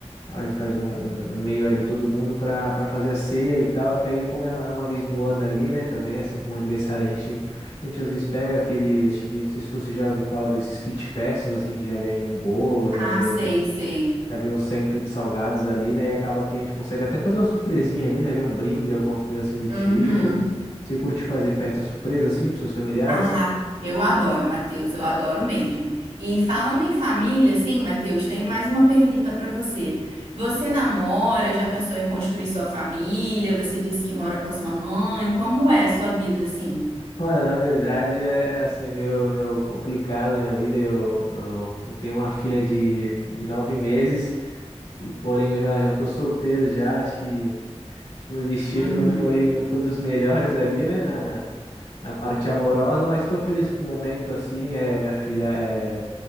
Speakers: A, on the left; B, on the right.
A: a gente faz um, um- um meio ali todo mundo pra, pra fazer a ceia e tal, que aí é como é é uma vez no ano ali, né, também, assim, como aniversário, a gente, a gente às vezes pega aquele, acho que, não sei se você já ouviu falar desses kit festas, assim, que já vem o bolo, já
B: Ah,
A: vem
B: sei, sei.
A: É, vem um cento de salgados ali, né? E acaba que a gente consegue até fazer uma surpresinha ali, né? Ver um brinde, alguma coisa assim do tipo.
B: Uhum.
A: Você curte fazer festa surpresa assim pros seus familiares?
B: Ah, eu adoro, Matheus, eu adoro mesmo. E falando em família, sim, Matheus, tenho mais uma pergunta para você. Você namora, já pensou em construir sua família? Você disse que mora com a sua mãe. Como é a sua vida, assim?
A: Olha, na verdade é assim, é meio, meio complicado na minha vida. Eu, eu, eu tenho uma filha de, de nove meses, porém eu já, já tô solteiro já. Acho que, acho que meu destino
B: Uhum.
A: não foi, não foi dos melhores ali, né? Na, na parte amorosa, mas tô feliz com o momento assim. É, minha filha é.